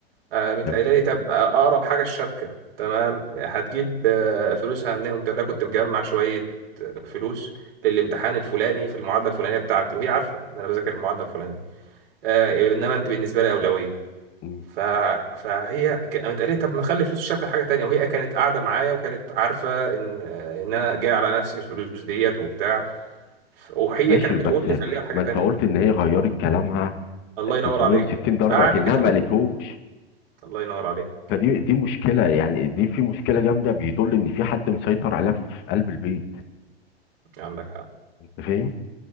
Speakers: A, on the right (about 65°); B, on the left (about 35°).
A: آه، قامت
B: تمام
A: قايلة لي طب أقرب حاجة الشبكة تمام هتجيب آه، فلوسها منين قمت قايل لها كنت مجمع شوية فلوس للامتحان الفلاني في المعادلة الفلانية بتاعتي وهي عارفة إن أنا بذاكر المعادلة الفلانية آه، إنما أنت بالنسبة لي أولوية
B: مم.
A: ف... فهي ك- قامت قالت لي طب ما تخلي فلوس الشبكه لحاجه تانية وهي كانت قاعده معايا وكانت عارفه ان ان انا جاي على نفسي في الفلوس ديت وبتاع ف- وهي
B: ماشي
A: كانت
B: بس
A: بتقول لي خليها لحاجه
B: ما
A: تانية
B: انت قلت ان هي غيرت كلامها
A: الله ينور
B: 360
A: عليك
B: درجة
A: بعد
B: اكنها
A: كده
B: ما
A: قامت
B: قالتهوش
A: الله ينور عليك
B: فدي دي مشكلة يعني دي في مشكلة جامدة بيدل إن في حد مسيطر عليها في قلب البيت
A: عندك حق
B: أنت فاهم؟